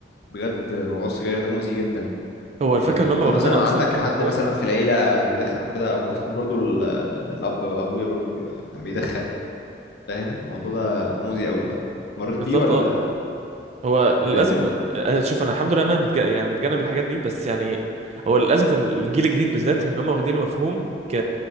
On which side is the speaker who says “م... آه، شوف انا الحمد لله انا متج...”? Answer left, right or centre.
Right